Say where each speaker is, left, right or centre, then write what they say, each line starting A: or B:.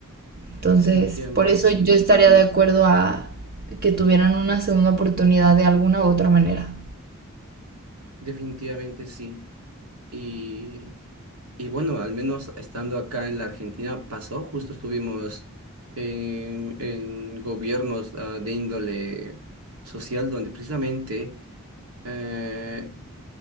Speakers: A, on the right; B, on the right.
A: Entonces,
B: Definitivamente
A: por eso
B: sí,
A: yo estaría de acuerdo a que tuvieran una segunda oportunidad de alguna u otra manera.
B: definitivamente sí. Y Y bueno, al menos estando acá en la Argentina pasó, justo estuvimos en, en gobiernos ah, de índole social donde precisamente eh,